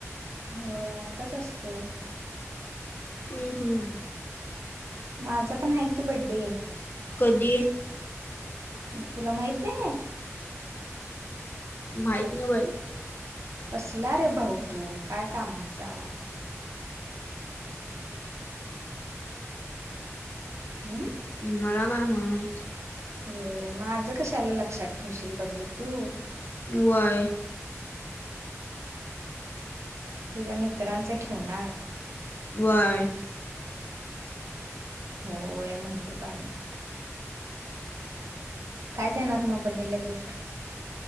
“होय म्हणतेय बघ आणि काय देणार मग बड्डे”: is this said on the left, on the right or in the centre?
Right